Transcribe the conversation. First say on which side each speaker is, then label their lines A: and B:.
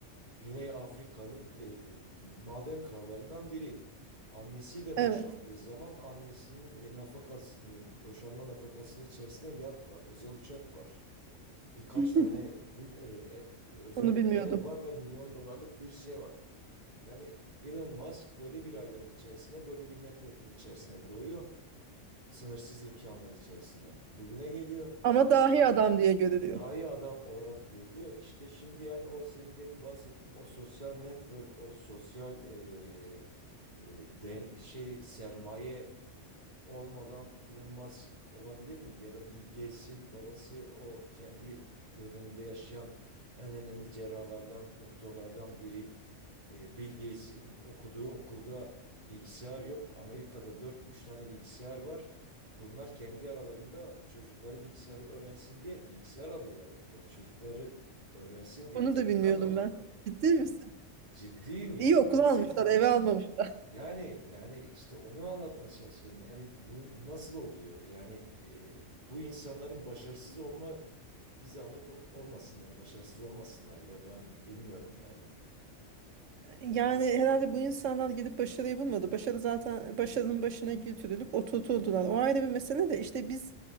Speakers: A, on the right; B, on the right.
A: Güney Afrika'nın e, maden krallarından biri. Annesiyle
B: Evet.
A: boşandığı zaman annesinin e, nafakasını, boşanma nafakasının içerisinde yat var, özel uçak var. Birkaç
B: <laughs>
A: tane vil, e, e, özel
B: Bunu bilmiyordum.
A: ev var ve milyon dolarlık bir şey var. Yani Elon Musk böyle bir ailenin içerisine, böyle bir network'ün içerisine doğuyor. Sınırsız imkanlar içerisine bugüne geliyor.
B: Ama dahi adam diye görülüyor.
A: Daha iyi adam olarak görülüyor. İşte şimdi yani o senin demin bahsettiğin o sosyal network, o sosyal eee, e, den- şey sermaye olmadan Elon Musk olabilir miydi? Ya da Bill Gates'in babası o kendi döneminde yaşayan en önemli cerrahlardan, doktorlardan biri. E, Bill Gates'in okuduğu okulda bilgisayar yok. Amerika'da dört üç tane bilgisayar var. Bunlar kendi aralarında çocukları bilgisayarı öğrensin diye bilgisayar alıyorlar okula. Çocukları öğrensin diye
B: Bunu
A: terminal
B: da bilmiyordum
A: alıyorlar.
B: ben. Ciddi misin?
A: Ciddiyim yani
B: İyi okul
A: bahsetti.
B: almışlar, eve almamışlar.
A: Yani yani işte onu anlatmaya çalışıyorum. Yani bu nasıl oluyor? Yani e, bu insanların başarısız olma bir zahmet o- olmasınlar, başarısız olmasınlar ya ben bilmiyorum yani.
B: Yani herhalde bu insanlar gidip başarıyı bulmadı. Başarı zaten başarının başına götürülüp oturtuldular. O ayrı bir mesele de işte biz